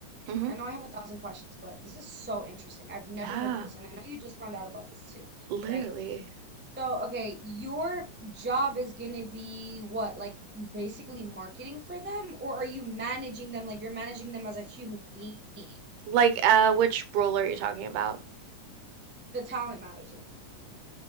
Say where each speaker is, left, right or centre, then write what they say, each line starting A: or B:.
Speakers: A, on the right; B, on the right.
A: hmm
B: I know I have a thousand questions, but this is so interesting. I've
A: Yeah,
B: never heard of this, and I know you just found out about this too,
A: literally.
B: right? So, okay, your job is gonna be what, like basically marketing for them, or are you managing them like you're managing them as a human being,
A: Like, uh, which role are you talking about?
B: the talent manager?